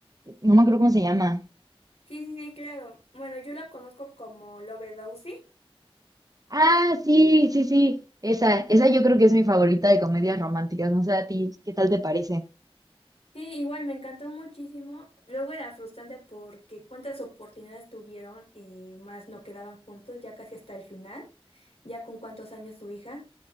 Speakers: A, on the right; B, on the left.
A: No me acuerdo cómo se llama.
B: Sí, sí, sí, claro. Bueno, yo la conozco como Lovedowsy.
A: Ah, sí, sí, sí. Esa, esa yo creo que es mi favorita de comedias románticas. No sé a ti, ¿qué tal te parece?
B: Sí, igual me encantó muchísimo. Luego era frustrante porque cuántas oportunidades tuvieron y más no quedaban juntos, ya casi hasta el final, ya con cuántos años su hija.